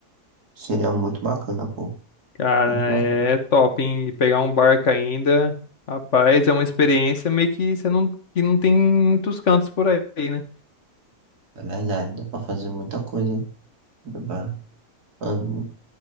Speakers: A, on the right; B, on the left.
A: Seria muito bacana, pô.
B: Cara,
A: Muito bacana.
B: é top, hein? E Pegar um barco ainda, rapaz, é uma experiência meio que você não, que não tem muitos cantos por aí, né?
A: É verdade, dá pra fazer muita coisa. Dá pra- an-